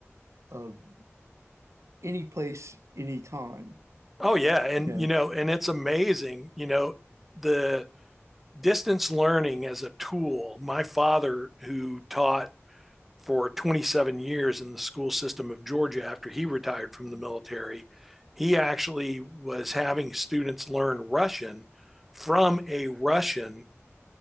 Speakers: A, on the right; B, in the centre.
A: of any place, any time.
B: Oh yeah, and
A: You know,
B: you know, and it's amazing, you know, the distance learning as a tool. My father who taught for 27 years in the school system of Georgia after he retired from the military. He actually was having students learn Russian from a Russian